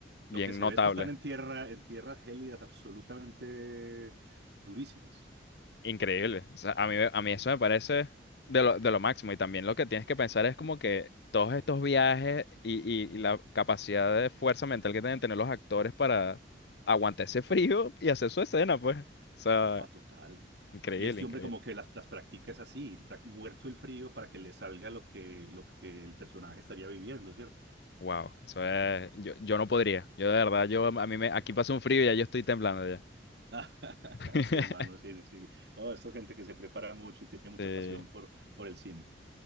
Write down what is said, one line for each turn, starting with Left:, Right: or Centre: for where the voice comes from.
Left: Bien
Right: Lo que se
Left: notable,
Right: ve es que están en tierra, en tierras gélidas absolutamente durísimas.
Left: increíble. O sea, a mí, a mí eso me parece de lo, de lo máximo. Y también lo que tienes que pensar es como que todos estos viajes y, y- y la capacidad de fuerza mental que tienen que tener los actores para aguantar ese frío y hacer su escena, pues. O sea,
Right: Ah, total.
Left: increíble,
Right: Y este
Left: increíble.
Right: hombre como que las, las practica es así, pra- muerto el frío para que le salga lo que, lo que el personaje estaría viviendo, ¿cierto?
Left: Wow, eso es, yo, yo no podría. Yo de verdad, yo a mí me, aquí pasa un frío y ya yo estoy temblando ya.
Right: <laughs>
Left: <laughs>
Right: Sí, hermano, sí, sí. sí. No, esa gente que se prepara mucho y tiene mucha
Left: Sí.
Right: pasión por, por el cine.